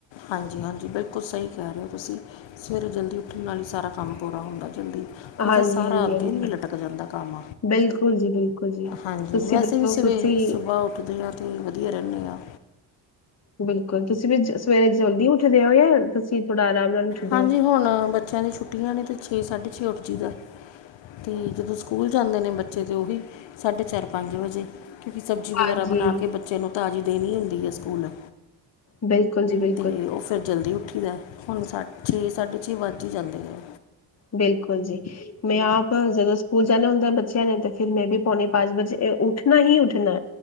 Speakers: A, on the left (about 75°); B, on the left (about 35°).
A: ਹਾਂਜੀ ਹਾਂਜੀ ਬਿਲਕੁਲ ਸਹੀ ਕਹਿ ਰਹੇ ਹੋ ਤੁਸੀਂ ਸਵੇਰੇ ਜਲਦੀ ਉੱਠਣ ਨਾਲ ਹੀ ਸਾਰਾ ਕਮ ਕੰਮ ਪੂਰਾ ਹੁੰਦਾ ਜਲਦੀ। ਕਿਥੇ
B: ਹਾਂਜੀ
A: ਸਾਰਾ
B: ਹਾਂਜੀ ਹਾਂਜੀ
A: ਦਿਨ ਹੀ ਲਟਕ ਜਾਂਦਾ ਕੰਮ।
B: ਬਿਲਕੁਲ ਜੀ ਬਿਲਕੁਲ ਜੀ
A: ਹਾਂਜੀ
B: ਤੁਸੀਂ
A: ਵੈਸੇ
B: ਦੱਸੋ
A: ਅੇ ਵੀਂ ਸਵੇਂ
B: ਤੁਸੀਂ
A: ਸੁਬਾਹ ਉੱਠਦੇ ਹਾਂ ਤੇ ਵਧੀਆ ਰਹਿੰਨੇ ਹਾਂ
B: ਬਿਲਕੁਲ ਤੁਸੀਂ ਵੀ ਸਵੇਰੇ ਜਲਦੀ ਉੱਠਦੇ ਹੋ ਤੁਸੀਂ ਥੋੜਾ ਆਰਾਮ ਨਾਲ ਉੱਠਦੇ
A: ਹਾਂਜੀ,
B: ਹੋ
A: ਹੁਣ ਬੱਚਿਆਂ ਦੀ ਛੁੱਟੀਆਂ ਨੇ ਤੇ ਛੇ ਸਾਢੇ ਛੇ ਉੱਠ ਜਾਏਦਾ ਹੈ। ਅਤੇ ਜਦੋਂ ਸਕੂਲ ਜਾਂਦੇ ਨੇ ਬੱਚੇ ਤਾਂ ਉਹੀ ਸਾਢੇ ਚਾਰ ਪੰਜ ਵਜੇ ਕਿਉਂਕਿ ਸਬਜ਼ੀ ਵਗੈਰਾ
B: ਹਾਂਜੀ
A: ਬਣਾ ਕੇ ਬੱਚਿਆਂ ਨੂੰ ਤਾਜ਼ੀ ਦੇਣੀ ਹੁੰਦੀ ਹੈ ਸਕੂਲ,
B: ਬਿਲਕੁ ਜੀ ਬਿਲਕਲ,
A: ਅਤੇ ਉਹ ਫਿਰ ਜਲਦੀ ਉੱਠੀਦਾ ਹੁਣ ਸਾ ਛੇ ਸਾਢੇ ਛੇ ਵੱਜ ਹੀ ਜਾਂਦੇ ਨੇ।
B: ਬਿਲਕੁਲ ਜੀ, ਮੈਂ ਆਪ ਜਦੋਂ ਸਕੂਲ ਜਾਣੇ ਹੁੰਦੇ ਬੱਚਿਆਂ ਨੇ, ਤੇ ਫੇਰ ਮੈਂ ਵੀ ਪੌਣੇ ਪੰਜ ਵਜੇ ਉੱਠ ਮੈਂ ਹੀ ਉੱਠਣਾ,